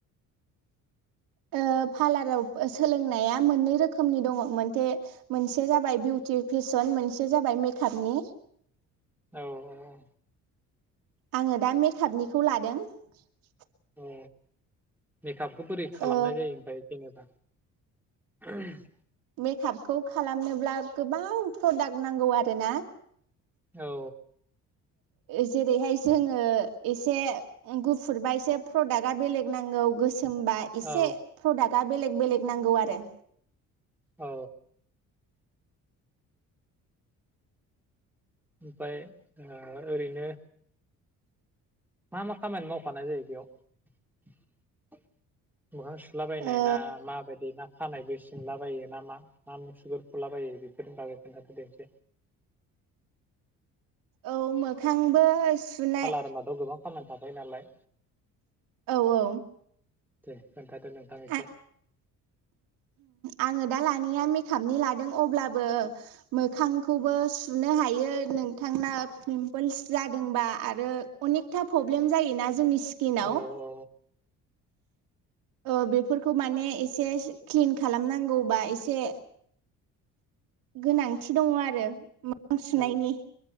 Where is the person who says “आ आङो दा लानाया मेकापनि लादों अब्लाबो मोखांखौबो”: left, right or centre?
Right